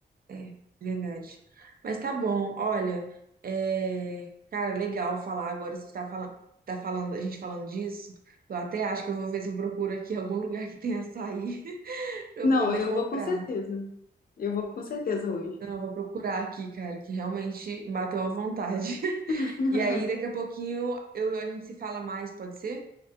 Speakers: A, on the right; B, on the left.
A: é verdade. Mas tá bom, olha, é, cara, legal falar agora. Você tá falando, tá falando, a gente falando disso. Eu até acho que eu vou ver se eu procuro aqui <laughs> algum lugar que tenha açaí <laughs> pra eu
B: Não,
A: poder
B: eu
A: comprar.
B: vou com certeza. Eu vou com certeza hoje.
A: Não, eu vou procurar aqui, cara, que realmente bateu à vontade. <laughs>
B: <laughs>
A: E aí, daqui a pouquinho, eu, a gente se fala mais, pode ser?